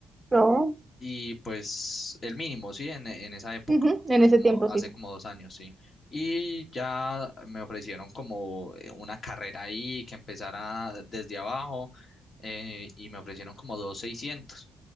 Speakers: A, on the right; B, on the left.
A: No.
B: y pues el mínimo, sí, en, en esa época,
A: Ujú, En
B: hace
A: ese
B: como,
A: tiempo
B: hace
A: sí.
B: como dos años, sí. Y ya me ofrecieron como eh, una carrera ahí que empezara desde abajo eh, y me ofrecieron como dos seiscientos